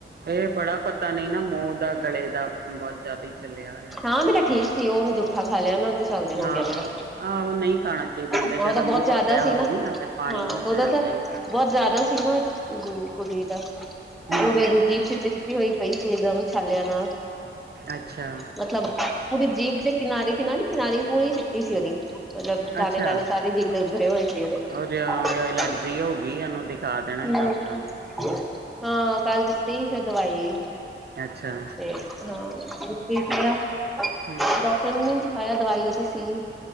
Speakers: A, on the right; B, in the centre.
A: ਇਹ ਬੜਾ ਪਤਾ ਨਹੀਂ ਨਾ ਮੂੰਹ ਦਾ ਗਲੇ। ਦਾ ਬਹੁਤ ਜ਼ਿਆਦਾ ਹੀ ਚੱਲਿਆ ਹੋਇਆ
B: ਹਾਂ ਮੇਰਾ ਠੀਕ ਸੀ ਉਹ ਮੈਂ ਜੂਠਾ ਖਾ ਲਿਆ ਨਾ ਉਹਦੇ ਚਲਦੇ ਹੋ
A: ਹਾਂ।
B: ਗਿਆ ਮੇਰਾ
A: ਆਹੋ ਨਹੀਂ ਖਾਣਾ ਚਾਹੀਦਾ ਕਹਿੰਦੇ
B: ਉਹ
A: ਜਦੋਂ
B: ਤਾਂ ਬਹੁਤ
A: ਮੂੰਹ
B: ਜ਼ਿਆਦਾ
A: ਪੱਕਿਆ
B: ਸੀ
A: ਹੋਵੇ
B: ਨਾ
A: ਨਹੀਂ ਅੰਦਰ ਪਾਣੀ
B: ਹਾਂ
A: ਵੀ ਨੀ
B: ਤੇ
A: ਪੀਣਾ
B: ਉਹਦਾ
A: ਚਾਹੀਦਾ
B: ਤਾਂ
A: ਹੈ।
B: ਬਹੁਤ ਜ਼ਿਆਦਾ ਸੀ ਨਾ ਹੂੰ ਕੁੜੀ ਦਾ
A: ਹੂੰ
B: ਪੂਰਿਆ ਦੀ ਜੀਭ ਸਿੱਟੀ ਛਿੱਟੀ ਹੋਈ ਪਈ ਸੀ ਇਕਦਮ ਛਾਲਿਆਂ ਨਾਲ।
A: ਅੱਛਾ
B: ਮਤਲਬ ਉਹਦੀ ਜੀਭ ਦੇ। ਕਿਨਾਰੀ ਕਿਨਾਰੀ ਕਿਨਾਰੀ ਪੂਰੀ ਚਿੱਟੀ ਸੀ ਉਹਦੀ। ਉਹ ਜਦ ਦਾਣੇ
A: ਅੱਛਾ
B: ਦਾਣੇ ਸਾਰੀ ਜੀਭ ਤੇ ਉਭਰੇ ਹੋਏ ਸੀ ਉਹਦੇ।
A: ਔਰ ਐਲਰਜੀ ਹੋ ਗਈ ਉਹਨੂੰ ਦਿਖਾ ਦੇਣਾ
B: ਹੂੰ
A: ਸੀ ਡਾਕਟਰ
B: ਹੂੰ।
A: ਨੂੰ
B: ਹਾਂ ਕੱਲ ਦਿੱਤੀ ਸੀ। ਫੇਰ ਦਵਾਈ
A: ਅੱਛਾ
B: ਤੇ ਹਾ। ਠੀਕ ਹੋਇਆ
A: ਹਮ
B: ਡਾਕਟਰ ਨੂੰ ਨੀ ਦਿਖਾਇਆ ਦਵਾਈ ਉਹਦੀ ਸੀ।